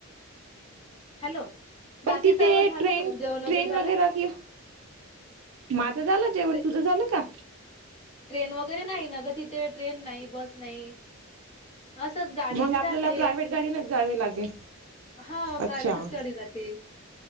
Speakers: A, on the left; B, on the right.
A: हॅलो बाकी
B: पण तिथे
A: सर्व झालं
B: ट्रेन
A: का मग जेवण
B: ट्रेन
A: झालं
B: वगैरे कि माझं झालं जेवण
A: ट्रे
B: तुझं झालं का?
A: ट्रेन वगैरे नाही न ग तिथे ट्रेन नाही बस नाही असंच गाडीने
B: मग आपल्याला
A: जाते
B: प्रायव्हेट गाडीनच जावे लागेल
A: हा प्रायव्हेटच
B: अच्छा
A: गाडी जाते